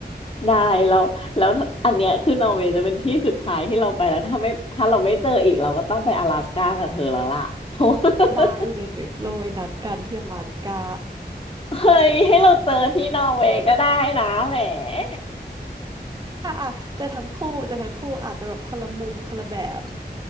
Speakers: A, on the left; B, on the right.
A: ได้แล้วแล้วอันเนี้ยคือนอร์เวย์จะเป็นที่สุดท้ายที่เราไปแล้วถ้าไม่ถ้าเราไม่เจออีกเราก็ต้องไป阿拉斯ก้ากับเธอแล้วล่ะ <laughs>
B: ได้เลยเราไว้นัดกันที่阿拉斯ก้า
A: เฮ้ยให้เราเจอที่นอร์เวย์ก็ได้นะแหม <laughs>
B: <laughs> อ่ะอ่ะจะทั้งคู่จะทั้งคู่อาจจะแบบคนละมุมคนละแบบ